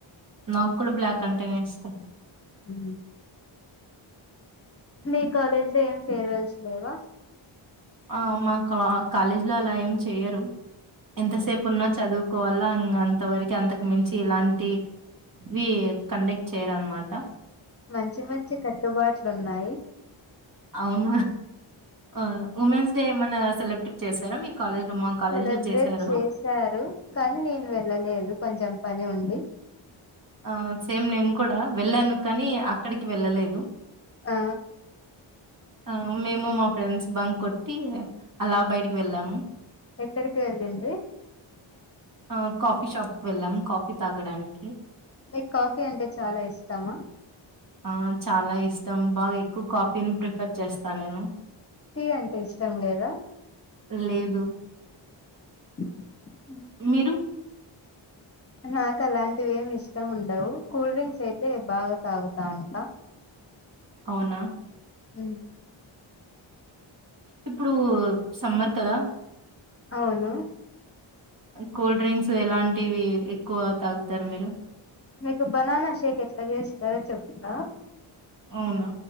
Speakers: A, on the right; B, on the left.
A: నాకు కూడా బ్లాక్ అంటేనే ఇస్తాం
B: ఉ మీ కాలేజ్ లో ఏం ఫేర్వెల్స్ లేవా
A: ఆ మా కాలేజ్ లో అలా ఏం చెయరు ఎంతసేపు ఉన్నా చదువుకోవాలా అంత వరకు అంతకు మించి ఇలాంటివి కండక్ట్ చేయరు అన్నమాట
B: మంచి మంచి కట్టుబాట్లు ఉన్నాయి
A: అవును ఆ ఉమెన్స్ డే ఏమన్నా సెలబ్రేట్ చేశారా మీ కాలేజీలో? మా కాలేజీలో
B: సెలబ్రేట్
A: చేశారు.
B: చేశారు కానీ నేను వెళ్ళలేదు కొంచెం పని ఉండి
A: ఆ సేమ్ నేన్ కూడా వెళ్ళాను కానీ అక్కడికి వెళ్ళలేదు
B: ఆ
A: ఆ మేము మా ఫ్రెండ్స్ బం కొట్టి అలా బయటికి వెళ్ళాము
B: ఎక్కడికి వెళ్ళింది
A: ఆ కాఫీ షాప్ కు వెళ్ళాము కాఫీ తాగడానికి
B: మిక్ కాఫీ అంటే చాలా ఇష్టమా
A: ఆ చాలా ఇష్టం బాగా ఎక్కువ కాఫీన్ ప్రిఫర్ చేస్తా నేను
B: టీ అంటే ఇష్టం లేదా
A: లేదు
B: <inaudible>
A: మిరు
B: నాక్ అలాంటివి ఎం ఇష్టం ఉండవు కూల్ డ్రింక్స్ అయితే బాగా తాగుతా ఉంటా
A: అవునా
B: ఉమ్
A: ఇప్పుడు సమ్మర్ కదా
B: అవును
A: కూల్ డ్రింక్స్ ఎలాంటివి ఎక్కువ తాగుతారు మీరు
B: మీకు బనానా షేక్ ఎట్లా చేస్తారో చెప్తా
A: అవును